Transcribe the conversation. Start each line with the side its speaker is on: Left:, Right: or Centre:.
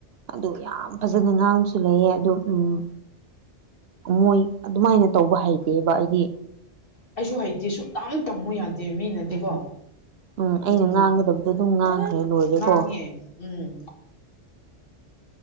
Right: ꯑꯗꯨ ꯌꯥꯝ ꯐꯖꯅ ꯉꯥꯡꯕꯁꯨ ꯂꯩꯌꯦ ꯑꯗꯨ ꯎꯝ ꯃꯣꯏ ꯑꯗꯨꯃꯥꯏꯅ ꯇꯧꯕ ꯍꯩꯇꯦꯕ ꯑꯩꯗꯤ
Left: ꯑꯩꯁꯨ ꯍꯩꯇꯦ ꯁꯨꯛ ꯌꯥꯝ ꯇꯝꯃꯨ ꯌꯥꯗꯦ ꯃꯤꯅꯗꯤꯀꯣ
Right: ꯎꯝ
Left: ꯎꯝ
Right: ꯑꯩꯅ ꯉꯥꯡꯒꯗꯕꯗꯣ ꯑꯗꯨꯝ ꯉꯥꯡꯈ꯭ꯔꯦ ꯂꯣꯏꯔꯦꯀꯣ
Left: ꯉꯥꯡꯉꯦ ꯎꯝ